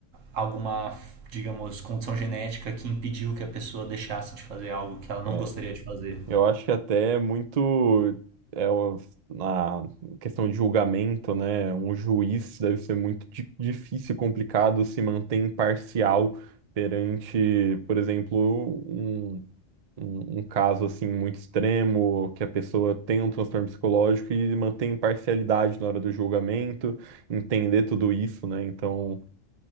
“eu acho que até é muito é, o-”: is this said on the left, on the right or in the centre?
Right